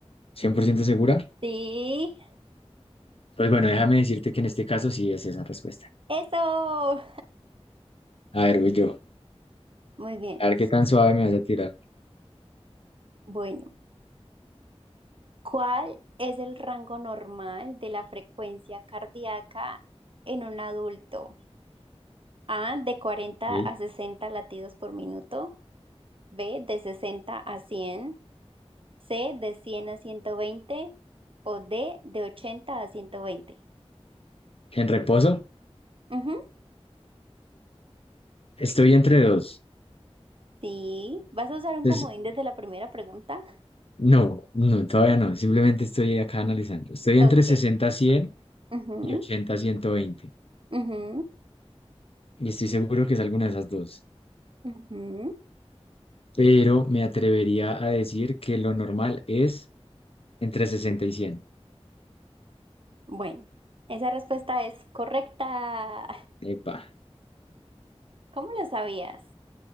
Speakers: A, on the left (about 60°); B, on the right (about 55°).
A: 100% segura.
B: sí.
A: Pues bueno, déjame decirte que en este caso sí es esa respuesta.
B: Eso.
A: A ver, voy yo.
B: Muy bien.
A: A ver qué tan suave me vas a tirar.
B: Bueno. ¿Cuál es el rango normal de la frecuencia cardíaca en un adulto? A, de cuarenta
A: Ok.
B: a sesenta latidos por minuto. B, de 60 a 100. C, de 100 a 120. O D, de 80 a 120.
A: En reposo,
B: Ujú,
A: estoy entre dos.
B: Sí, ¿vas a usar un
A: Entonces,
B: comodín desde la primera pregunta?
A: no, no, todavía no. Simplemente estoy acá analizando. Estoy
B: Ok.
A: entre 60 a 100
B: Ujú,
A: y 80 a ciento veinte
B: ujú,
A: Y estoy seguro que es alguna de esas dos.
B: ujú.
A: pero me atrevería a decir que lo normal es entre 60 y cien,
B: Bueno, esa respuesta es correcta.
A: Epa,
B: ¿Cómo lo sabías?